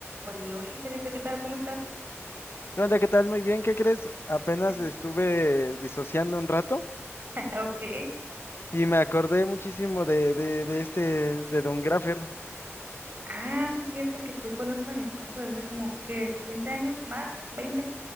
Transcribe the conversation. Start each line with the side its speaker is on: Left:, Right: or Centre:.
Right: Oli, oli, Felipe, ¿qué tal? ¿Cómo estás?
Left: ¿Qué onda? ¿Qué tal? Muy bien, ¿qué crees? Apenas
Right: <laughs>
Left: estuve disociando un rato
Right: Ok.
Left: y me acordé muchísimo de, de, de este, de Don Graffer.
Right: Ah, sí es cierto que tú conoces a mi esposo desde como que 15 años más, veinte